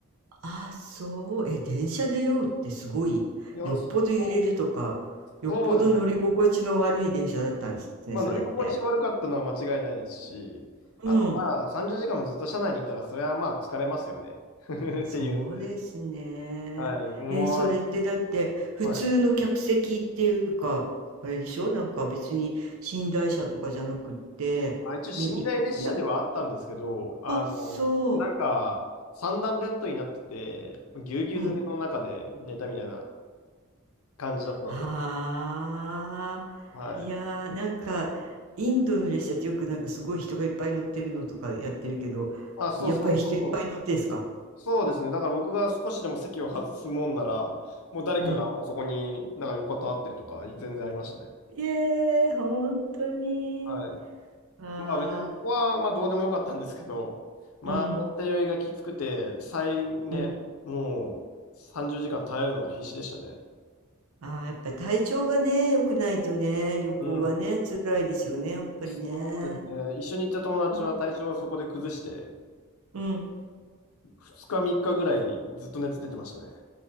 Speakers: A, on the right; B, on the left.
A: ああ、そう。え、電車で酔うってすごい。
B: いや、
A: よっぽど揺れるとか、
B: そう、
A: よっぽど乗り心地の悪い電車だったんですね、
B: そうですね。まあ乗り心地悪かったのは間違いないですし、
A: それって。うん。
B: あとまあ30時間もずっと車内にいたら、それはまあ疲れますよね。<laughs>
A: そうですね。
B: っていうので。はい、も
A: え、それってだって、普通の客席っていうか、
B: う、はい。
A: あれでしょなんか別に寝台車とかじゃなくって、
B: あ、一応寝台列車ではあったんですけど、
A: み、いな、
B: あの、
A: あ、そ
B: なんか、三段ベッドになってて、ぎゅうぎゅう詰めの中で寝たみたいな
A: う。うん
B: 感じだったので、
A: はあ、
B: はい。
A: いやー、なんか、インドの列車ってよくなんかすごい人がいっぱい乗ってるのとかやってるけど、
B: あ、そうそうそうそう。
A: やっぱり人いっぱい乗ってんすか
B: そうですね。だから僕が少しでも席を外すもんなら、もう誰かがもうそこになんか横たわってるとか、
A: うん。
B: 全然ありましたね。
A: いえー、本当に。
B: はい。
A: ああ、
B: まあ別にそこはまあどうでもよかったんですけど、まあ、
A: うん、
B: 延滞酔いがきつくて、最ね、
A: うん。
B: もう30時間耐えるのが必死でしたね。
A: ああ、やっぱり体調がね、良くないとね、旅行はね、
B: うん。
A: 辛いですよね、やっぱりね。
B: そうですね。一緒に行った友達は体調をそこで崩して、
A: うん、うん。
B: 2日3日ぐらいずっと熱出てましたね。